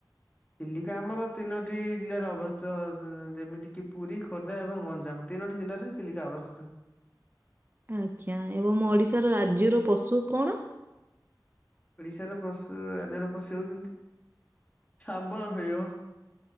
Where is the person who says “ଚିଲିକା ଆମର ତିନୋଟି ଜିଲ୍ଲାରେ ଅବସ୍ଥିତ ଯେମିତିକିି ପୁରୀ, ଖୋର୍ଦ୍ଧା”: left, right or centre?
Left